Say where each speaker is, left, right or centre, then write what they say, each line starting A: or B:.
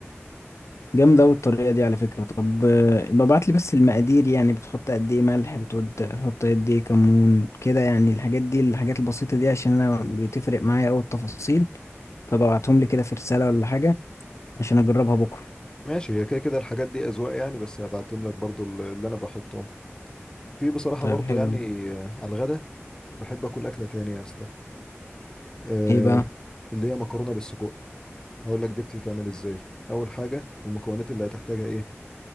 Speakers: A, on the left; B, on the left.
A: جامدة أوي الطريقة دي على فكرة طب آه، يبقى ابعت لي بس المقادير يعني بتحط قد إيه ملح بتحط قد إيه كمون كده يعني الحاجات دي الحاجات البسيطة دي عشان أنا بتفرق معايا أوي التفاصيل فببعتهم لي كده في رسالة ولا حاجة عشان أجربها بكرة
B: ماشي هي كده كده الحاجات دي اذواق يعني بس هبعتهم لك برضو ال- اللي انا بحطهم في بصراحه
A: طيب
B: برضو
A: حلو
B: يعني آه، على الغدا بحب اكل اكله تانية يا اسطى آه،
A: إيه بقى؟
B: اللي هي مكرونه بالسجق هقول لك دي بتتعمل ازاي اول حاجه المكونات اللي هتحتاجها ايه